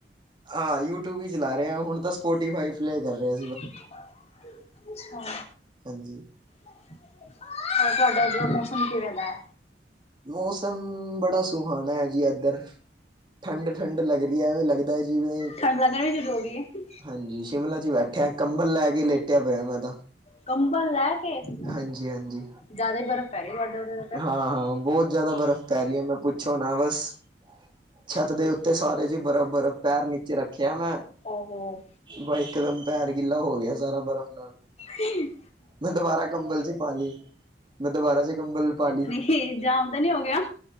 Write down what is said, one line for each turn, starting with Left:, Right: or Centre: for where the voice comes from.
Right: ਹਾਂ ਯੂਟਿਊਬ ਹੀ ਚਲਾ ਰਹੇ ਹ ਹੁਣ ਤਾਂ ਸਪੋਟੀਫਾਈ ਪਲੇ ਕਰ ਰਹਾ
Left: <unintelligible> ਅੱਛਾ।
Right: ਹਾਂਜੀ।
Left: ਹੋਰ ਤੁਵਾਡਾ ਉਧਰ ਮੌਸਮ ਕਿਵੇਂ ਦਾ?
Right: ਮੌਸਮ ਬੜਾ ਸੁਹਾਣਾ ਹੈ ਜੀ ਏਦਰ। ਠੰਡ -ਠੰਡ ਲੱਗ ਰਹੀ ਹੈ ਐਵੇਂ ਲੱਗਦਾ ਹੈ ਜਿਵੇਂ
Left: ਠੰਡ ਲੱਗਣਾ ਵੀ ਸ਼ੁਰੂ ਹੋ ਗਈਏ
Right: ਹਾਂਜੀ ਸ਼ਿਮਲਾ ਚ ਬੈਠਿਆ ਕੰਬਲ ਲੈ ਕੇ ਲੇਟਿਆ ਪਇਆ ਮੈਂ ਤਾਂ
Left: ਕੰਬਲ ਲੈ ਕੇ, ਜ਼ਿਆਦਾ
Right: ਹਾਂਜੀ-ਹਾਂਜੀ।
Left: ਹੀ ਬਰਫ਼ ਪੈ ਰਹੀ ਤੁਹਾਡੇ ਉਡੇ ਦਾ ਫ
Right: ਹਾਂ -ਹਾਂ ਬਹੁਤ ਜ਼ਿਆਦਾ ਬਰਫ਼ ਪੈ ਰਹੀ ਹੈ ਮੈਂ ਪੁੱਛੋ ਨਾ, ਬਸ ਛੱਤ ਦੇ ਉੱਤੇ ਸਾਰੇ ਜਿ ਬਰਫ਼ -ਬਰਫ਼ ਪੈਰ ਨੀਚੇ ਰੱਖਿਆ ਮੈਂ
Left: ਓਹੋ
Right: ਬ ਇਕ ਦਮ ਪੈਰ ਗਿੱਲਾ ਹੋ ਗਿਆ ਸਾਰਾ ਬਰਫ਼ ਨਾਲ
Left: ਹਮ
Right: ਮੈਂ ਦੁਬਾਰਾ ਕੰਬਲ ਚ ਪਾ ਲਈ ਮੈਂ ਦੁਬਾਰਾ ਚ ਕੰਬਲ ਪਾ ਲਈ।
Left: <unintelligible> ਜਾਮ ਤਾਂ ਨੀ ਹੋ ਗਿਆ?